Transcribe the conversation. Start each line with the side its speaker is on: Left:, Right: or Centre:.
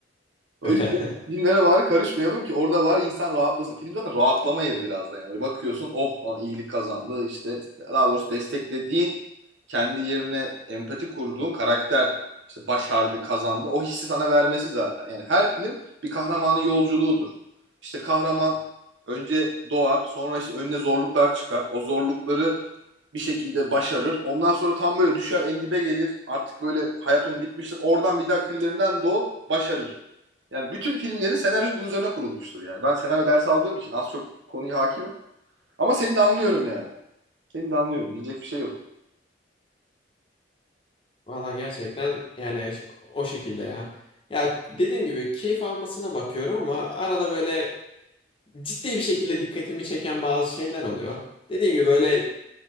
Right: O
Left: <laughs>
Right: yüzden filmlere var karışmayalım ki orada var insan rahatlasın. Film zaten rahatlama yeri biraz da yani. Böyle bakıyorsun oh falan iyilik kazandı işte daha doğrusu desteklediğin kendi yerine empati kurduğun karakter işte başardı kazandı o hissi sana vermesi zaten. Yani her film bir kahramanın yolculuğudur. İşte kahraman önce doğar sonra işte önüne zorluklar çıkar. O zorlukları bir şekilde başarır. Ondan sonra tam böyle düşer en dibe gelir. Artık böyle hayat onun bitmiştir. Oradan bir daha küllerinden doğup başarır. Yani bütün filmlerin senaryosu bunun üzerine kurulmuştur yani. Ben senaryo dersi aldığım için az çok konuya hakimim. Ama seni de anlıyorum yani. Seni de anlıyorum. Diyecek bir şey yok.
Left: Valla gerçekten yani ş- o şekilde ya. Ya dediğim gibi keyif almasına bakıyorum ama arada böyle ciddi bir şekilde dikkatimi çeken bazı şeyler oluyor. Dediğim gibi böyle